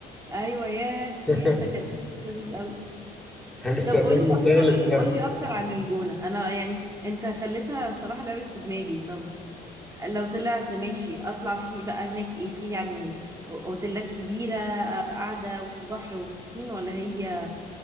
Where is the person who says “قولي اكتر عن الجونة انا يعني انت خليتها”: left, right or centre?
Right